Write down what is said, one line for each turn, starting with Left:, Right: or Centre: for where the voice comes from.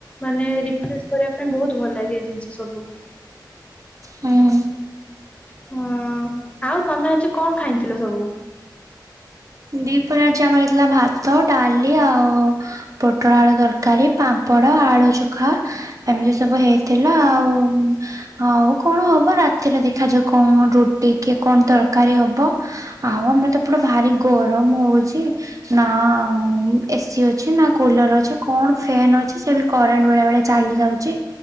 Left: ମାନେ ରେଫ୍ରେଶ କରିବା ପାଇଁ ବହୁତ୍ ଭଲ ଲାଗେ ଏ ଜିନିଷ ସବୁ।
Right: ହୁଁ।
Left: ହୁଁ ଆଉ ତମେ ଆଜି କଣ ଖାଇଥିଲ ସବୁ?
Right: ଦି ପହରେ ଆଜି ଆମର ହେଇଥିଲା ଭାତ ଡାଲି ଆଉ ପୋଟଳ ଆଳୁ ତରକାରୀ। ପାମ୍ପଡ ଆଳୁ ଚୋଖା ଏମିତି ସବୁ ହେଇଥିଲା ଆଉ। ଆଉ କଣ ହବ ରାତିରେ ଦେଖାଯାଉ କଣ ରୁଟି କି କଣ ତରକାରୀ ହବ। ଆଉ ଆମର ତ ଏପଟ ଭାରି ଗରମ ହଉଛି। ନା ଏସିି ଅଛି ନା କୁଲର ଅଛି କଣ ଫ୍ୟାନ୍ ଅଛି ସେ ବି କରେଣ୍ଟ ବେଳେ ବେଳେ ଚାଲି ଯାଉଛି